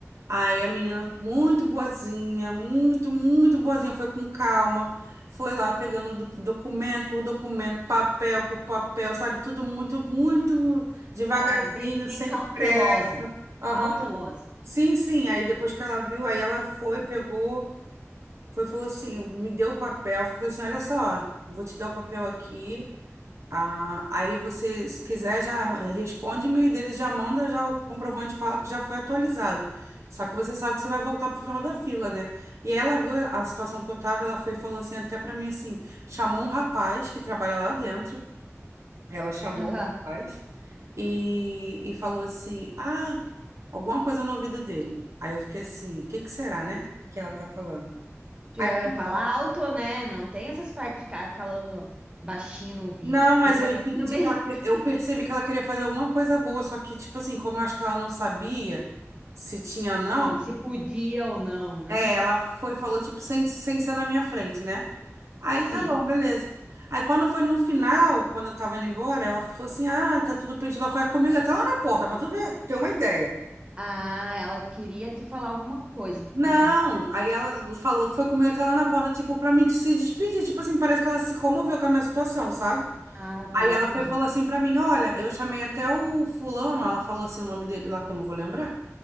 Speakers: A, on the right; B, on the right.
A: Aí a menina, muito boazinha, muito, muito boazinha, foi com calma, foi lá pegando do- documento por documento, papel por papel, sabe? Tudo muito, muito devagarzinho,
B: Ah, bem, bem
A: sem
B: cautelosa.
A: pressa. Aham.
B: Cautelosa.
A: Sim, sim. Aí depois que ela viu, aí ela foi, pegou, foi, falou assim, me deu o papel, falou assim, olha só, vou te dar o papel aqui. Ah, aí você, se quiser, já responde o e-mail dele, já manda já o comprovante fala que já foi atualizado. Só que você sabe que você vai voltar pro final da fila, né? E ela viu a a situação que eu tava, ela foi e falou assim, até pra mim assim, chamou um rapaz que trabalha lá dentro. Ela chamou
B: Aham.
A: o rapaz e, e falou assim: "Ah, alguma coisa no ouvido dele". Aí eu fiquei assim, o que que será, né? Que ela tá falando.
B: de,
A: Aí
B: eh, falar alto, né? Não tem essas partes de ficar falando baixinho no ouvido.
A: Não, mas
B: Eu quero
A: eu entendi
B: ouvir também.
A: que ela, que-
B: <laughs>
A: eu percebi que ela queria fazer alguma coisa boa, só que, tipo assim, como eu acho que ela não sabia se tinha
B: Sim,
A: ou não,
B: se podia ou não, né?
A: é, ela foi, e falou, tipo, sem, sem ser na minha frente, né? Aí
B: Sim.
A: tá bom, beleza. Aí quando foi no final, quando eu tava indo embora, ela falou assim: ah, tá tudo preenchido. Ela foi comigo até lá na porta, pra tu ver, ter uma ideia.
B: Ah, ela queria te falar alguma coisa.
A: Não,
B: Aham.
A: aí ela falou, foi comigo até lá na porta, tipo, pra me se despedir. Tipo assim, parece que ela se comoveu com a minha situação, sabe?
B: Ah, tá,
A: Aí ela
B: entendi.
A: foi e falou assim pra mim: Olha, eu chamei até o fulano, ela falou assim o nome dele lá que eu não vou lembrar.